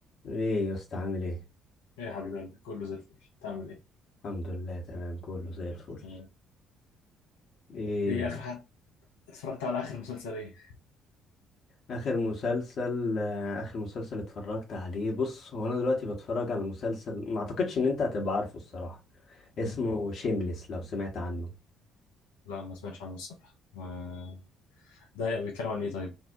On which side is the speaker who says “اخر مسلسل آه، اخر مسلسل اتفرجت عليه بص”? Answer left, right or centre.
Left